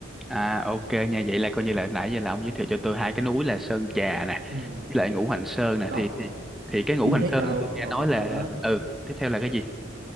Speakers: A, in the centre; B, on the right (about 50°).
A: À ok nha vậy là coi như là nãy giờ là ông giới thiệu cho tôi hai cái núi là Sơn Trà nè
B: ừ.
A: với lại Ngũ Hành Sơn nè
B: đó
A: thì thì thì cái Ngũ
B: chưa
A: Hành
B: hết
A: Sơn
B: đâu
A: tôi nghe
B: còn
A: nói
B: một
A: là
B: nữa
A: ừ tiếp theo là cái gì